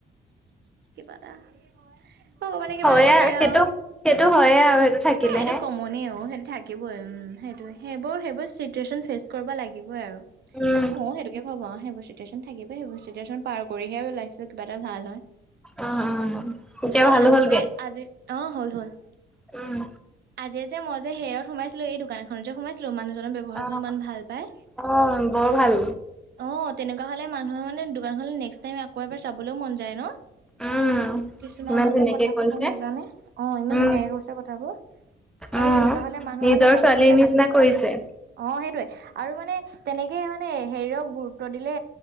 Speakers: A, on the right (about 55°); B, in the centre.
A: কিবা এটা ভগৱানে কিবা
B: হয়ে
A: এটা দেখে
B: আৰু সেইটো
A: আও
B: সেইটো হয়ে আৰু সেইটো থাকিলেহে।
A: এ সেইটো কমনে অ সেইটো থাকিবই উম সেইটোয়ে। সেইবোৰ সেইবোৰ চিটুৱেচন ফেচ কৰিব লাগিবই আৰু
B: উম,
A: মইয়ো সেইটোকে ভাবো অআও সেইবুলি। চিটুৱেচন থাকিব সেইবোৰ চিটুৱেচন পাৰ কৰিহে লাইফটো কিবা এটা ভাল হয়।
B: উম, উম। এতিয়া
A: অ
B: ভালো
A: আজি
B: হ'লগে।
A: যে আজি অ হ'ল হ'ল।
B: উম!
A: আজি যে মই যে হেয়ৰত সোমাইছিলো এই দোকান এখনত যে সোমাইছিলো মানুহ ব্যৱহাবোৰ
B: অ',
A: ইমান ভাল পায়
B: অ', বৰ ভাল।
A: অ তেনেকোৱা হ'লে মানুহ মানে দোকানখনলৈ নেক্সট টাইম আকৌ এবাৰ যাবলৈও মন যায় ন
B: উম,
A: কিছুমান
B: ইমান
A: মানুহে
B: ধুনীয়াকে
A: কথা
B: কৰিছে।
A: কব নাজানে অ ইমান
B: উম,
A: ধুনীয়াকে কৈছে কথাবোৰ আৰু
B: অ'।
A: তেনেকোৱা হলে মানুহৰ
B: নিজৰ
A: মানে যাবলৈ
B: ছোৱালীৰ
A: মন যায়
B: নিচিনা কৰিছে।
A: অ সেইটোয়ে আৰু মানে তেনেকে মানে হেৰিয়ক গুৰুত্ব দিলে